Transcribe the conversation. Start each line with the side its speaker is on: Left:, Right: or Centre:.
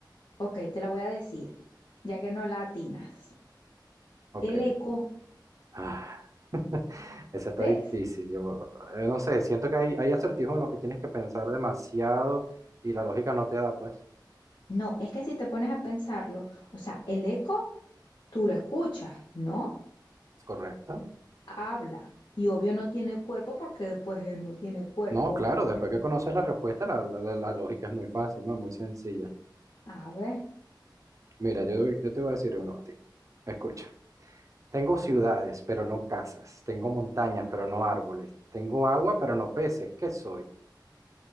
Left: Ok, te la voy a decir, ya que no la atinas.
Right: Ok.
Left: El eco,
Right: Ah, <laughs> esa
Left: ¿ves?
Right: está difícil. Yo, eh, no sé, siento que hay, hay acertijos en los que tienes que pensar demasiado y la lógica no te da, pues.
Left: No, es que si te pones a pensarlo, o sea, el eco tú lo escuchas, ¿no?
Right: ¿Es correcto?
Left: Habla. Y obvio no tiene cuerpo porque pues eh, no tiene cuerpo.
Right: No, claro, después
Left: Es un...
Right: que conoces la respuesta, la, la- la- la lógica es muy fácil, ¿no? Muy sencilla.
Left: A ver,
Right: Mira, yo, yo te voy a decir uno a ti. Escucha. Tengo ciudades, pero no casas. Tengo montañas, pero no árboles. Tengo agua, pero no peces. ¿Qué soy?